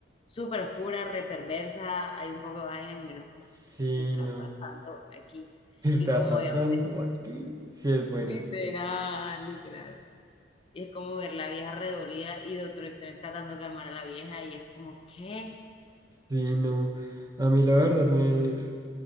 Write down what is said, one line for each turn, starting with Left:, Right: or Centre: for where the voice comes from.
Left: súper oscura, reperversa, hay un poco de vainas y uno es como,
Right: Sí,
Left: ¿qué está
Right: no.
Left: pasando aquí?
Right: <laughs> ¿Qué está
Left: Y como
Right: pasando
Left: obviamente,
Right: aquí? Sí, es buena.
Left: literal, literal. Y es como ver la vieja redolida y Doctor Strange tratando de calmar a la vieja y es como, ¿qué?
Right: Sí, no. A mí la verdad me...